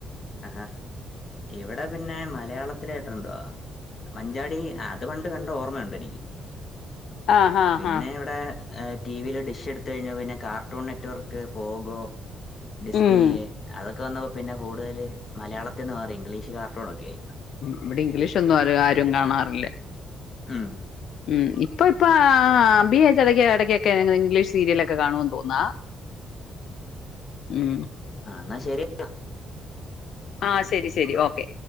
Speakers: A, on the left; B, on the left.
A: ആഹാ ഇവിടെ പിന്നെ മലയാളത്തിലായിട്ടുണ്ടോ? മഞ്ചാടി അത്പണ്ട് കണ്ട ഓർമയുണ്ടെ നിക്ക്.
B: ആ ഹാ
A: പിന്നെ
B: ഹാ
A: ഇവിടെ ടിവിൽ ഡിഷ് എടുത്ത കഴിഞ്ഞ പിന്നെ കാർട്ടൂൺ നെറ്റ്വർക്ക്, പോകോ ഡിസ്നിയ
B: ഉം
A: അതൊക്കെ വന്നപ്പോ പിന്നെ കൂടുതൽ മലയാളത്തിന്ന് മാറി ഇംഗ്ലീഷ് കാർട്ടൂണൊക്കെയായി.
B: ഇവിടെ ഇംഗ്ലീഷൊന്നും ആ ആരും കാണാറില്ല.
A: മ്ഹ്
B: ഉം ഇപ്പൊ പ്പോ ബി എച്ച് ഇട ഇടക്കൊക്കെ ഇംഗ്ലീഷ് സീരിയലൊക്കെ കാണോ തോന്നാ ഉമ്
A: ന്നാ ശരി ന്ന
B: ആഹ് ശരി ശരി ഓക്കെ.